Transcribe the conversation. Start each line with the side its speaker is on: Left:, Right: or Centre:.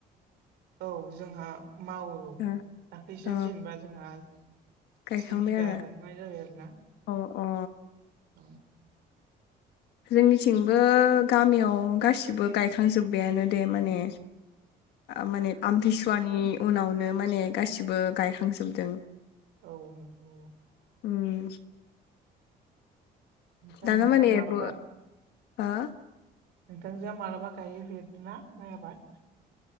Right: औ जोंहा मावो औ
Left: ओ
Right: दाख्लैसो
Left: अ
Right: जेनेबा जोंहा जि
Left: गायखांबाय
Right: बिघा
Left: आरो
Right: गायखांनाय जाबाय आरोना
Left: अ अ
Right: औ
Left: जोंनिथिंबो गामियाव गासिबो गायखांजोब्बायानो दे माने
Right: <inaudible>
Left: माने आमतसुवानि उनावनो माने गासिबो गायखांजोबदों
Right: औ नंगौ
Left: उम
Right: नोंथांजोआ
Left: दाना माने
Right: मालाबा
Left: बो हो
Right: नोंथांजोआ मालाबा गायफेरदोंना माइ आबाद